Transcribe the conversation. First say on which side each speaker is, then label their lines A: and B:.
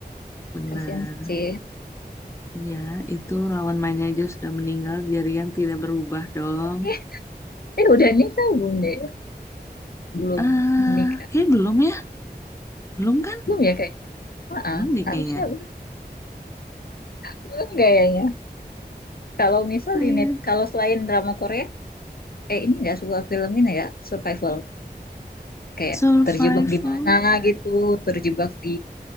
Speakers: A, on the left; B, on the left.
A: Benar.
B: kasihan sih
A: Iya, itu lawan mainnya aja sudah meninggal, jaringan tidak berubah dong.
B: <laughs> eh udah nikah belum deh belum
A: Eh,
B: nikah
A: kayak belum ya? Belum kan?
B: belum ya kayaknya Ah,
A: Belum
B: ah,
A: deh
B: harusnya
A: kayaknya.
B: belum belum kayaknya kalau misal
A: Eh,
B: di net kalau selain drama Korea eh ini ya sebuah film ini ya survival kayak
A: Survival?
B: terjebak di mana gitu terjebak di